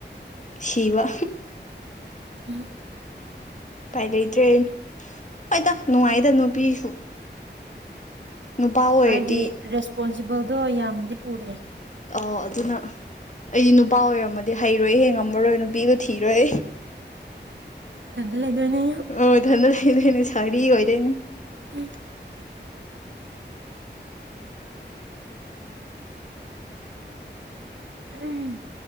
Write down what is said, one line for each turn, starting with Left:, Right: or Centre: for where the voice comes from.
Left: ꯁꯤꯕ
Right: <unintelligible>
Left: ꯄꯥꯏ ꯂꯩꯇ꯭ꯔꯦꯣ ꯍꯗ ꯅꯨꯡꯉꯥꯏꯗ ꯅꯨꯄꯤꯁꯨ ꯅꯨꯄꯥ ꯑꯣꯏꯔꯗꯤ
Right: ꯍꯥꯏꯗꯤ ꯔꯦꯁꯄꯣꯟꯁ ꯖꯤꯕꯧꯗꯣ ꯌꯥꯝꯅꯗꯤ ꯄꯨꯗ꯭ꯔꯦ
Left: ꯑ ꯑꯗꯨꯅ ꯑꯩꯗꯤ ꯅꯨꯄꯥ ꯑꯣꯏꯔꯝꯃꯗꯤ ꯍꯩꯔꯣꯏ ꯍꯦꯡꯉꯝꯃꯔꯣꯏ ꯅꯨꯄꯤꯒ ꯊꯤꯔꯣꯏ
Right: ꯏꯊꯟꯇ ꯂꯩꯗꯣꯏꯅꯦ
Left: ꯑꯣ ꯊꯗ ꯂꯩꯗꯅꯦ ꯁꯔꯤ ꯑꯣꯏ ꯑꯗꯨꯅꯤ
Right: ꯎꯝ ꯎꯝ